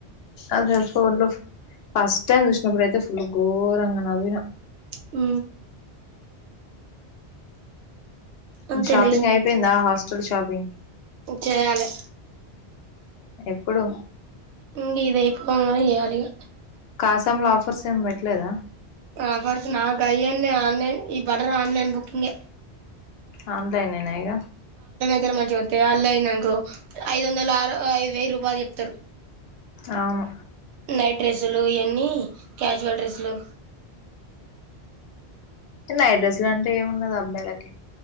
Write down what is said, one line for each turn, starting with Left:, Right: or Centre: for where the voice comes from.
Left: అదే ఫోన్లో ఫస్ట్ టైం చూసినప్పుడైతే ఫుల్ గోరంగ నవ్వినా
Right: మ్ అంతేలే
Left: మ్ షాపింగ్ అయిపోయిందా హాస్టల్ షాపింగ్
Right: చేయాలి
Left: ఎప్పుడు
Right: ఇంగ ఇదయిపోగానే చేయాలిగా
Left: కాసాం లో ఆఫర్స్ ఏమ్ పెట్లేదా
Right: ఆఫర్స్ నా కయన్ని ఆన్లైన్ ఈ బటల్ ఆన్లైన్ బుకింగే
Left: ఆన్లైనేనా ఇగ
Right: జర మంచిగొత్తయ్ ఆన్లైన్ అంకో ఐదు వందల ఆరు వెయ్యరూపాల్ చెప్తారు
Left: అవును
Right: నైట్ డ్రస్సులు ఇయన్నీ క్యాజువల్ డ్రస్సులు
Left: నైట్ డ్రసులంటే ఏమున్నది అబ్బాయిలకి